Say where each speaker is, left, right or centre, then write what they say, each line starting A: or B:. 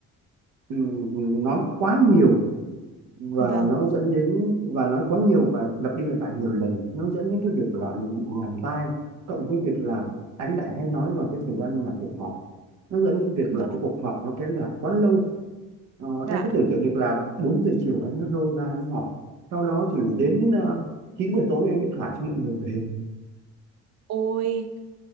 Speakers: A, on the right (about 80°); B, on the right (about 60°).
A: ờ, nói quá nhiều và
B: vâng,
A: nó dẫn đến và nói quá nhiều và lặp đi lặp lại nhiều lần nó dẫn đến cái việc là mình bị nhàm tai cộng với việc là anh lại hay nói vào cái thời gian mà cuộc họp nó dẫn đến việc
B: vâng,
A: là cái cuộc họp nó kéo dài quá lâu Ờ,
B: dạ.
A: em cứ tưởng tượng được là 4 giờ chiều anh mới lôi ra anh học sau đó thì đến uh, 9 giờ tối anh mới thả cho mọi người về
B: Ôi,